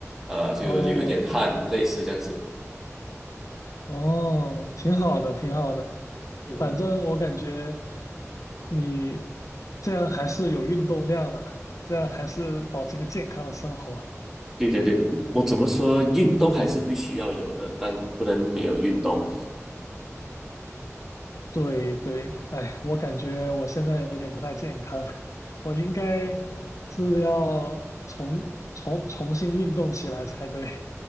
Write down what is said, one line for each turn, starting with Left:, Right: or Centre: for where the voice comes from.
Centre: 呃，就流一点汗，
Left: 哦
Centre: 类似这样子。
Left: 哦，挺好的，挺好的。
Centre: 嗯哼，
Left: 反正我感觉你这样还是有运动量的，这样还是保持一个健康的生活。
Centre: 对对对，我怎么说，运动还是必须要有的，但不能没有运动。
Left: 对对，哎，我感觉我现在有点不太健康，<laughs> 我应该是要重重重新运动起来才对。